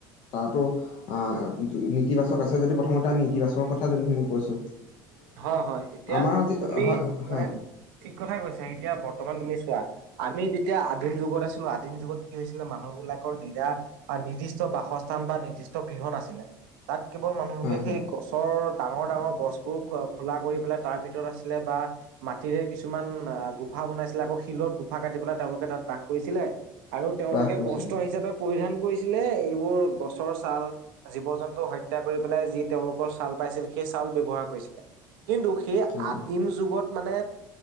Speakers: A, on the left; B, on the right.
A: তাতো আহ ইতিবাচক আছে যদি প্ৰথমতে আমি ইতিবাচকৰ কথা যোনখিনি কৈছো
B: হয় হয় এতিয়া
A: আমাৰ আজি
B: তুমি
A: হয় হয়
B: মানে ঠিক কথাই কৈছা এতিয়া বৰ্তমান তুমি চোৱা আমি যেতি- এতিয়া আদিম যুগত আছিলো আদিম যুগত কি হৈছিলে মানুহ বিলাকৰ নিজা নিৰ্দিষ্ট বাসস্থান বা নিৰ্দিষ্ট গৃহত আছিলে তাত কেৱল মানুহবিলকে
A: হয়
B: সেই
A: হয়
B: গছৰ ডাঙৰ ডাঙৰ গছ খোলা কৰি পেলাই তাৰ ভিতৰত আছিলে বা মাটিৰে কিছুমান গুফা বনাইছিলে আকৌ শিল গোফা কাটি পেলাই তেওঁলোকে তাত বাস কৰিছিলে আৰু তেওঁলোকে
A: বাস কৰিছিলে
B: বস্ত্ৰ হিচাপে পৰিধান কৰিছিলে এইবোৰ গছৰ ছাল জীৱ জন্তু হত্যা কৰি পেলাই যি তেওঁলোকৰ ছাল পাইছিল সেই চাল ব্যৱহাৰ কৰিছিলে কিন্তু সেই
A: হয়
B: আদিম যুগত মানে